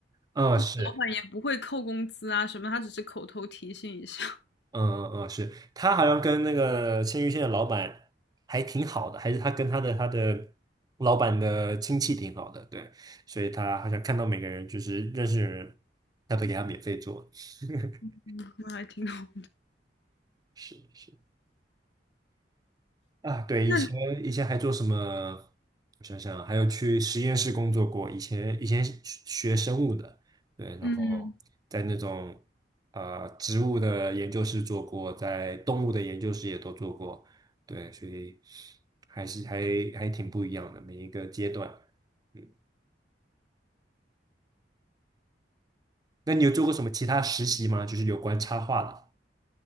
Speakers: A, on the right; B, on the left.
A: 嗯，
B: 就是老板也不会扣工资啊什么，
A: 是。
B: 他只是口头提醒一下，
A: 嗯嗯，嗯是他好像跟那个鲜芋仙的老板还挺好的，还是他跟他的他的老板的亲戚挺好的，对，所以他好像看到每个人就是认识的人，他都给他免费做，<laughs>
B: <laughs> 那还挺好。
A: 是是。啊，对，以前以前还做什么？
B: 那
A: 我想想，还有去实验室工作过。以前以前是学生物的，对，然后在那种
B: 嗯，
A: 呃植物的研究室做过，在动物的研究室也都做过，对，所以还是还还挺不一样的每一个阶段。嗯，那你有做过什么其他实习吗？就是有关插画的。